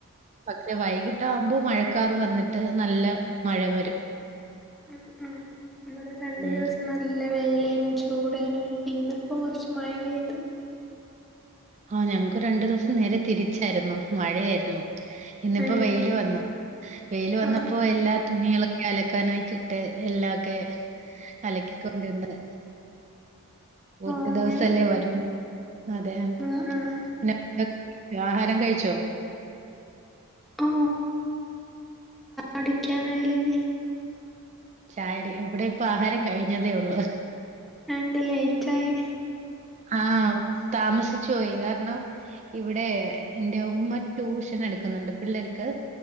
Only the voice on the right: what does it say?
പക്ഷെ വൈകിട്ട ആകുമ്പോ മഴക്കാർ വന്നിട്ട് നല്ല മഴ വരും
ഉം
ആഹ ഞങ്ങക്ക് രണ്ടു ദിവസം നേരെ തിരിച്ചായിരുന്നു മഴയായിരുന്നു ഇന്നിപ്പോ
വെയില് വന്നു വെയില് വന്നപ്പോ
എല്ലാ തുണികളും അലക്കാനായിട്ടി ഇട്ട് എല്ലാം ഒക്കെ അലക്കിക്കൊണ്ടന്ന് ഒറ്റ
ദിവസംല്ലേ വരൂ അതെ
പിന്നെ ഇതൊക്കെ കോ ആഹാരം കഴിച്ചോ
ചാരി ഇവിടെ ഇപ്പ ആഹാരം കഴിഞ്ഞതേ ഉള്ളു
ആഹ താമസിച്ചു പോോയി കാരണം ഇവിടെ എറെ ഉമ്മ ട്യൂഷൻ എടുക്കുന്നുണ്ട് പിള്ളേർക്ക്